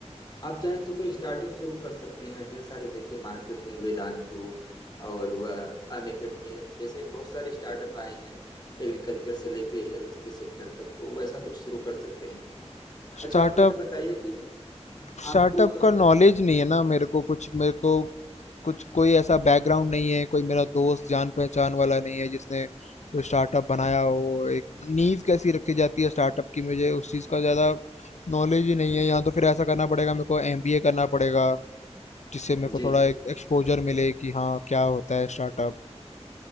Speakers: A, on the left (about 35°); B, on the left (about 80°).
A: आप चाहें तो कोई स्टार्टअप शुरू कर सकते हैं ढेर सारे देखिए मार्केट में वेदांतो और वह अन अकेडमी जैसे बहुत सारे स्टार्टअप आए हैं एग्रीकल्चर से लेके हेल्थ के सेक्टर तक तो वैसा कुछ शुरू कर सकते हैं अच्छा
B: स्टार्टअप
A: आप यह बताइए कि हम्म, आपको
B: स्टार्टअप का नॉलेज नहीं है ना मेरे को कुछ मेरे को कुछ कोई ऐसा बैकग्राउंड
A: हम्म,
B: नहीं है कोई मेरा दोस्त जान पहचान वाला नहीं है जिसने कोई स्टार्टअप बनाया हो एक नींव कैसी रखी जाती है स्टार्टअप की मुझे उस चीज़ का ज़्यादा नॉलेज ही नहीं है या तो फिर ऐसा करना पड़ेगा मेरे को एमबीए करना पड़ेगा जिससे मेरे को
A: जी
B: थोड़ा
A: जी
B: एक एक्सपोजर मिले कि हाँ क्या होता है स्टार्टअप